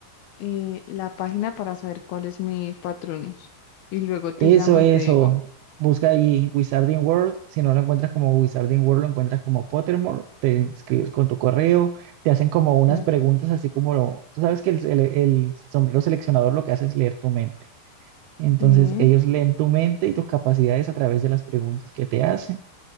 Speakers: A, on the left; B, on the right.
A: eh, la página para saber cuál es mi patronus. Y luego te
B: Eso,
A: llamo y
B: eso.
A: te digo.
B: Busca ahí Wizarding World. Si no lo encuentras como Wizarding World, lo encuentras como Pottermore. Te inscribes con tu correo. Te hacen como unas
A: Sí.
B: preguntas, así como lo- tú sabes que el, el- el sombrero seleccionador lo que hace es leer tu mente. Entonces,
A: Sí.
B: ellos leen tu mente y tus capacidades a través de las preguntas que te hacen.